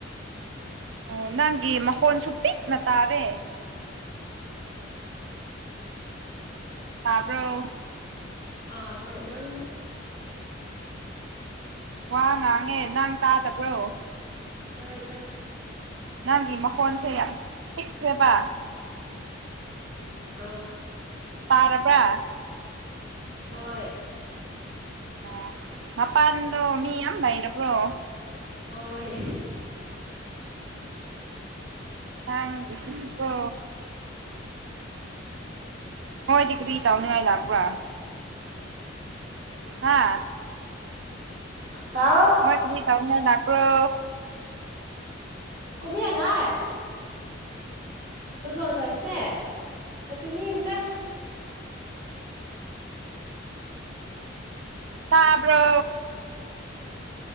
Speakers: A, on the right; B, on the right.
A: ꯑꯣ ꯅꯪꯒꯤ ꯃꯈꯣꯟꯁꯨ ꯄꯤꯛꯅ ꯇꯥꯔꯦ ꯇꯥꯕ꯭ꯔꯣ
B: ꯑꯥ ꯍꯣꯏ ꯅꯪ
A: ꯋꯥ ꯉꯥꯡꯉꯦ ꯅꯪ ꯇꯥꯗꯕ꯭ꯔꯣ
B: ꯇꯥꯏ ꯇ
A: ꯅꯪꯒꯤ ꯃꯈꯣꯟꯁꯦ ꯌꯥꯝ ꯄꯤꯛꯈ꯭ꯔꯦꯕ
B: ꯑ
A: ꯄꯥꯔꯔꯕ꯭ꯔ
B: ꯍꯣꯏ
A: ꯑ ꯃꯄꯥꯟꯗꯣ ꯃꯤ ꯌꯥꯝ ꯂꯩꯔꯕ꯭ꯔꯣ
B: ꯍꯣꯏ
A: ꯍꯥꯡꯁꯤꯁꯨꯄ ꯍꯣꯏꯇ ꯀ꯭ꯔꯔꯤ ꯇꯅꯤ ꯍꯥꯏꯣꯏꯗ ꯄꯨ꯭ꯔ ꯍꯥꯥ
B: ꯀꯥꯎ
A: ꯍꯣꯏ ꯇꯅ ꯂꯥꯛꯔꯣ
B: ꯀꯨꯝꯃꯤ ꯌꯥ ꯅꯥꯏ ꯐꯖ ꯋꯥꯡ ꯊꯁꯤꯅꯦ ꯑꯗꯨꯅꯤ ꯑꯃꯨꯒ
A: ꯇꯥꯕ꯭ꯔꯣ